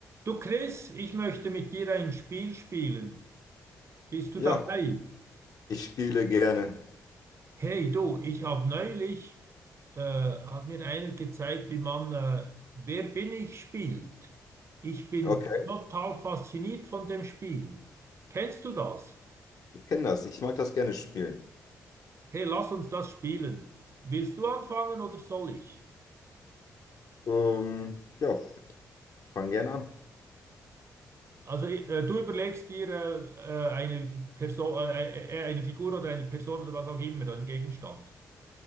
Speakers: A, on the right; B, on the left.
A: Du Chris, ich möchte mit dir ein Spiel spielen. Bist du
B: Ja,
A: dabei?
B: ich spiele gerne.
A: Hey du, ich habe neulich, äh, hat mir einer gezeigt, wie man äh, Wer bin ich spielt. Ich bin
B: Okay,
A: total fasziniert von dem Spiel. Kennst du das?
B: ich kenne das. Ich mag das gerne spielen.
A: Hey, lass uns das spielen. Willst du anfangen oder soll ich?
B: Ähm, ja, fang gerne an.
A: Also äh, du überlegst dir äh, äh, eine Person, äh, äh, äh, eine Figur oder eine Person oder was auch immer, einen Gegenstand.